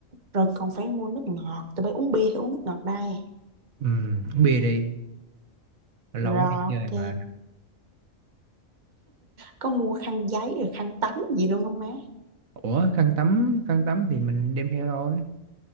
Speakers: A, on the right; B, on the right.
A: rồi còn phải mua nước ngọt tụi bay uống bia hay uống nước ngọt đây
B: Ừm, uống bia đi lâu
A: rồi
B: mới đi
A: ok
B: chơi mà
A: có mua khăn giấy rồi khăn tắm gì luôn không má
B: ủa khăn tắm khăn tắm thì mình đem theo rồi